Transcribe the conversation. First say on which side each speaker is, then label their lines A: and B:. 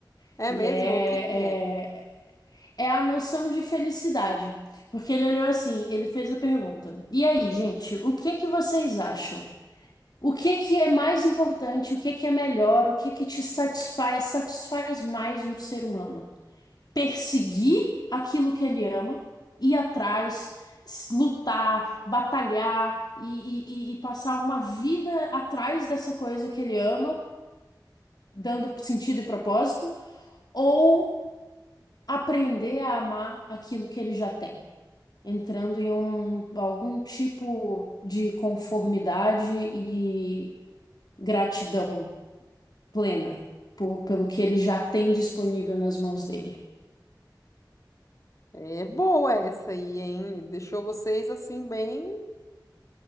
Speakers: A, on the left (about 45°); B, on the left (about 60°).
A: É
B: que
A: mesmo?
B: é,
A: O que que é?
B: é é a noção de felicidade. Porque ele olhou assim, ele fez a pergunta. E aí, gente, o que que vocês acham? O que que é mais importante? O que que é melhor? O que que te satisfaz, satisfaz mais um ser humano? Perseguir aquilo que ele ama, ir atrás, s- lutar, batalhar e, e e- e passar uma vida atrás dessa coisa que ele ama, dando sentido e propósito, ou aprender a amar aquilo que ele já tem? entrando em um, algum tipo de conformidade e gratidão plena por- pelo que ele já tem disponível nas mãos dele.
A: É boa essa aí, hein? Deixou vocês assim bem,